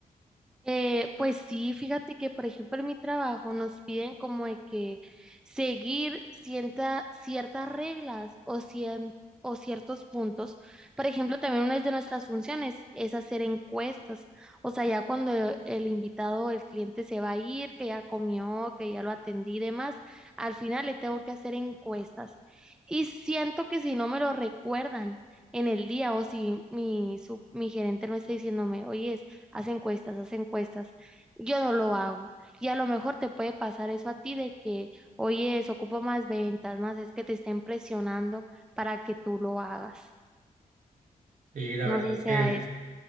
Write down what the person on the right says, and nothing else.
Sí, la
verdad
es
que